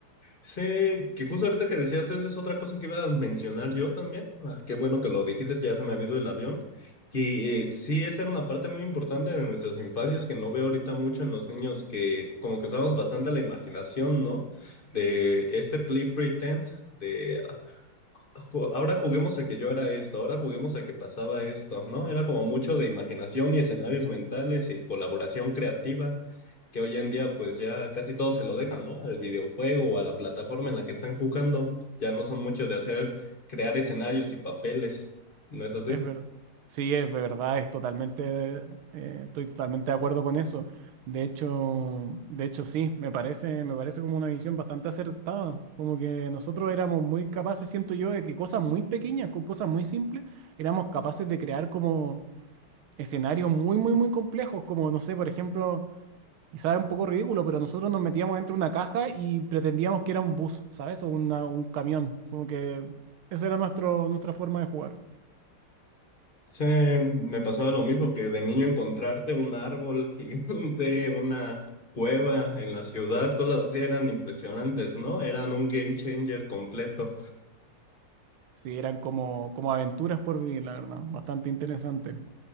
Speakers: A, on the left; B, on the right.
A: Sí, que justo ahorita que decías eso es otra cosa que iba a mencionar yo también. Ah, qué bueno que lo dijiste, ya se me ha ido el avión. Y eh, sí, esa era una parte muy importante de nuestras infancias que no veo ahorita mucho en los niños, que como que usamos bastante la imaginación, ¿no? De este play pretend, de ah, ju- ahora juguemos a que yo era esto, ahora juguemos a que pasaba esto, ¿no? Era como mucho de imaginación y escenarios mentales y colaboración creativa que hoy en día pues ya casi todos se lo dejan, ¿no? Al videojuego o a la plataforma en la que están jugando. Ya no son muchos de hacer, crear escenarios y papeles, ¿no es así?
B: Es verdad. Sí, es verdad, es totalmente, eh, estoy totalmente de acuerdo con eso. De hecho, de hecho sí, me parece, me parece como una visión bastante acertada. Como que nosotros éramos muy capaces, siento yo, de que cosas muy pequeñas, con cosas muy simples, éramos capaces de crear como escenarios muy, muy, muy complejos. Como, no sé, por ejemplo, quizás es un poco ridículo, pero nosotros nos metíamos dentro de una caja y pretendíamos que era un bus, ¿sabes? O una- un camión. Como que esa era nuestro, nuestra forma de jugar.
A: Sí, me pasaba lo mismo que de niño encontrarte un árbol <laughs> gigante, una cueva en la ciudad, cosas así eran impresionantes, ¿no? Eran un game changer completo.
B: Sí, eran como, como aventuras por vivir, la verdad. Bastante interesante.